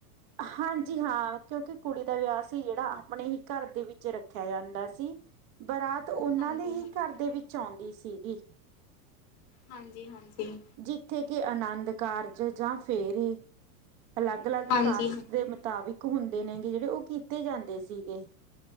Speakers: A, on the right; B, on the left.
A: ਹਾਂਜੀ ਹਾਂ ਕਿਉਂਕਿ ਕੁੜੀ ਦਾ ਵਿਆਹ ਸੀ ਜੇੜਾ ਆਪਣੇ ਹੀ ਘਰ ਦੇ ਵਿੱਚ ਰੱਖਿਆ ਜਾਂਦਾ ਸੀ। ਬਰਾਤ ਉਹਨਾਂ
B: ਹਾਂਜੀ-ਹਾਂਜੀ,
A: ਦੇ ਹੀ ਘਰ ਦੇ ਵਿੱਚ ਆਉਂਦੀ ਸੀਗੀ।
B: ਹਾਂਜੀ-ਹਾਂਜੀ
A: ਜਿੱਥੇ ਕਿ ਆਨੰਦ ਕਾਰਜ ਜਾਂ ਫੇਰੇ ਅਲੱਗ- ਅਲੱਗ
B: ਹਾਂਜੀ
A: ਕਾਸਟ
B: ਹਾਂਜੀ
A: ਦੇ ਮਤ ਮੁਤਾਬਿਕ ਹੁੰਦੇ ਨੇਗੇ ਜੇੜੇ ਓ ਕੀਤੇ ਜਾਂਦੇ ਸੀਗੇ।